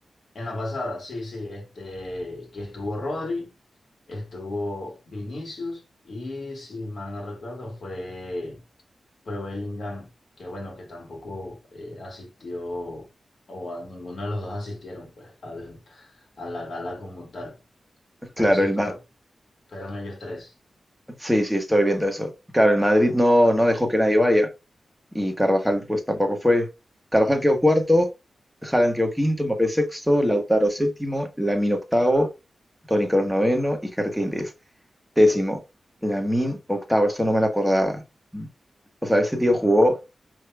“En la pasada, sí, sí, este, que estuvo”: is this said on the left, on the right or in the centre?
Left